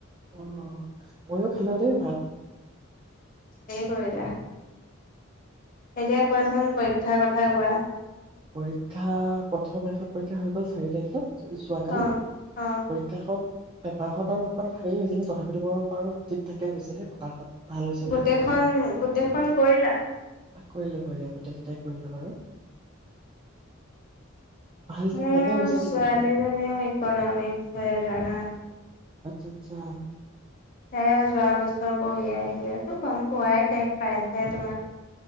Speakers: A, on the right (about 25°); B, on the left (about 45°).
A: অ'। ময়ো খালোদে ভাত।
B: কয়লা এতিয়া কোৱাচোন পৰীক্ষাৰ কথা কোৱা।
A: পৰীক্ষা প্ৰথম এখন পৰীক্ষা হৈ গ'ল চাৰি তাৰিখে যোৱাকালি
B: অ অ
A: পৰীক্ষাখন পেপাৰখন বাৰু অবাত হেৰি হৈছিলে তথাপিতো বৰ বাৰু ঠিক ঠাকেই গৈছিলে পেপাৰখন ভাল হৈছে
B: গোটেইখন
A: বুলি ক'ব পাৰি।
B: গোটেইখন কৰিলা?
A: কৰিলোঁ কৰিলোঁ গোটেইকেইটাই কৰিলোঁ বাৰু। ভাল ঠিক
B: মোৰ
A: ঠাকে হৈছে বুলি
B: ছোৱালীজনাও
A: ক'ব পাৰি
B: ইকনমিক হয় জানা।
A: আচ্ছা, আচ্ছা।
B: তাই যোৱা বছৰ পঢ়ি আহিলে তো গম পোৱাই তেক পাইছে তোমালোক